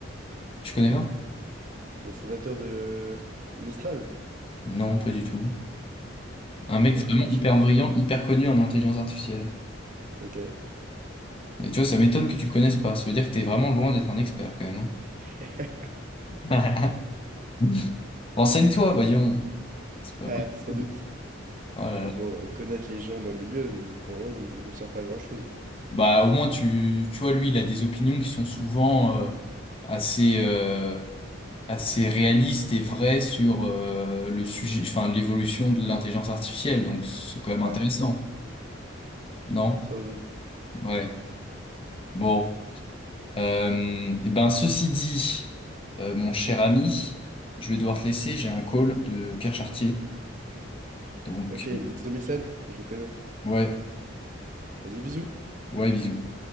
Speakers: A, on the left (about 25°); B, on the right (about 40°).
A: Tu connais pas?
B: Le fondateur de Mistral?
A: Non, pas du tout. Un mec
B: Non,
A: vraiment
B: bah, je
A: hyper
B: sais pas qui
A: brillant,
B: c'est.
A: hyper connu en intelligence artificielle.
B: Ok.
A: Et tu vois, ça m'étonne que tu le connaisses pas. Ça veut dire que t'es vraiment loin d'être un expert quand même.
B: <laughs>
A: hein. <laughs> Renseigne-toi, voyons. C'est pas
B: Ah,
A: possible.
B: sans doute.
A: Oh là
B: Ah, mais
A: là.
B: bon, euh, connaître les gens dans le milieu, ne- pour le moment, ne, me ne me sert pas à grand-chose.
A: Bah, au moins, tu, tu vois, lui, il a des opinions qui sont souvent euh, assez. euh, assez réaliste et vrai sur euh, le sujet, enfin l'évolution de l'intelligence artificielle. Donc c'est quand même
B: Ouais,
A: intéressant, non?
B: sans doute.
A: Ouais. Bon, euh, eh ben ceci dit, euh, mon cher ami, je vais devoir te laisser. J'ai un call de Pierre Chartier. Donc
B: Ok, x deux mille sept je connais.
A: ouais,
B: Vas-y, bisous.
A: ouais, bisous.